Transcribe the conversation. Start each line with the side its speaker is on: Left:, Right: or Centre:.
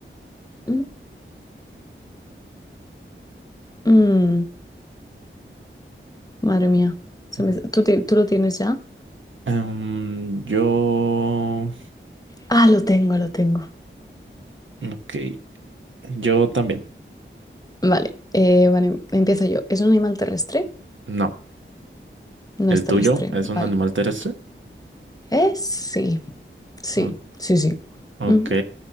Left: Mm, mm, madre mía, se
Right: Ok.
Left: me- ¿Tú, ti- tú lo tienes ya?
Right: em, yo.
Left: Ah, lo tengo, lo tengo.
Right: Ok. Yo también.
Left: Vale, eh, vale, empiezo yo. ¿Es un animal terrestre?
Right: No.
Left: No
Right: ¿El
Left: es terrestre,
Right: tuyo es
Left: vale.
Right: un animal terrestre?
Left: Eh, sí, sí,
Right: O-
Left: sí, sí.
Right: ok.
Left: Ujú.